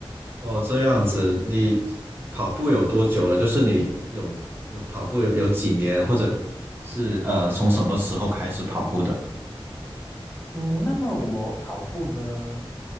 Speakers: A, on the right; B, on the left.
A: 哦，这样子，你跑步有多久了？就是你有有跑步有有几年，或者是呃从什么时候开始跑步的？
B: 嗯，那么我跑步呢？